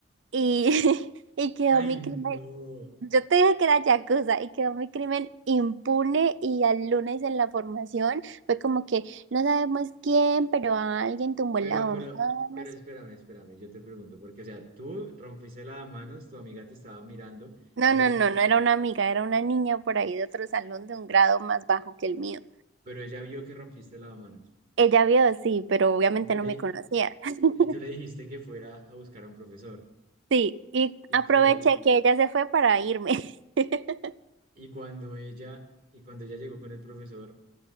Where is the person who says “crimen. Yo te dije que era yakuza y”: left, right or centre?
Right